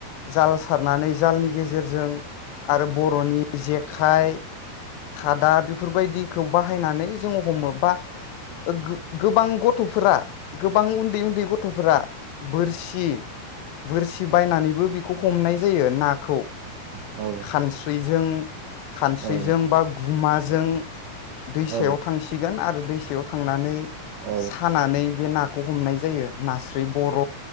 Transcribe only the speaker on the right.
औ औ
औ
औ
औ